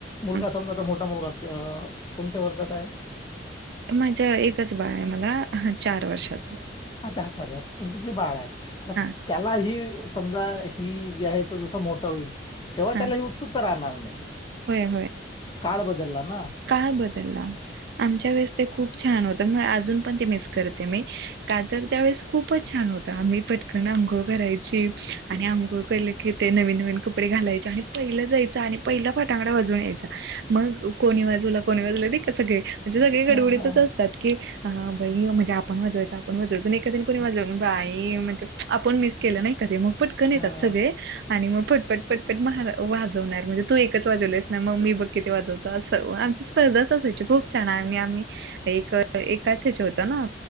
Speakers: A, on the left; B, on the right.
A: मुलगा
B: हं.
A: समजा आ मोठा मुलगा कोणत्या वर्गात आहे.
B: माझ्या एकच बाळ आहे मला चार वर्षाचा
A: अ्छ ह स्वाले आ तुमचं जे बाळ आहे आता
B: हा
A: त्याला ह. समजा ही जी आहे तो जस मोठा होईल तेव्हा
B: हा
A: त्याला ही उत्सुकता राहणार नाही.
B: होय होय.
A: काळ बदलला ना
B: काय बदलला आमच्या वेळेस ते खूप छान होत. अजून पण मिस करते मी तर त्यावेळेस खूपच छान होत आमही पटकन अंघोळ करायची आणि अंंगो क की ते नवीन नवीन कपडे घालायचे आणि पहिलं जायचं आणि पहिट. ांगडा वाजवून यायचा मग कोणी वाजवला कोणी वाजवलं नाही का सगळे. म्हणजे सगळे गडबडीतच
A: हा हा
B: असतात की. हा भाई म्हणजे आपण वाजवायचं आपण वाजवायचो आणि एखकादन कोून वाजवून बाई म्हणजे आपण मिस केलं नाही. मग पटकन येतात
A: हा
B: सगळे आणि मग पटपट पटपट वाजवणार म्हणजे तू एकच. वाजव ना मम्मी बघ कि ते वाजवत अस आमची स्पर्धाच असायची खूप छ आणि आमही एक. एकाचच होतं ना